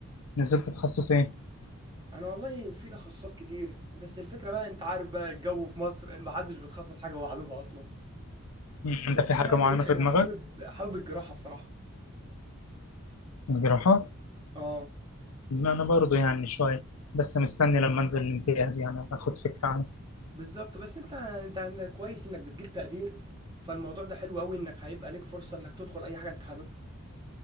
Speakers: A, on the left (about 80°); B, on the right (about 20°).
A: نزلت تخصص ايه
B: انا والله في تخصصات كتير بس الفكرة بقى انت عارف بقى الجو في مصر محدش بيتخصص حاجة هو حاببها اصلا
A: مم. انت
B: بس
A: في حاجه
B: انا يعني
A: معينه
B: ايه
A: في
B: انا
A: دماغك
B: حابب حابب الجراحة بصراحة
A: جراحه
B: اه
A: لا انا برضو يعني شويه بس مستني لما انزل الامتياز يعني اخد فكره عنه
B: بالظبط بس انت انت عندك كويس انك بتجيب تقدير فالموضوع ده حلو قوي انك هيبقى ليك فرصة انك تدخل اي حاجة انت حاببها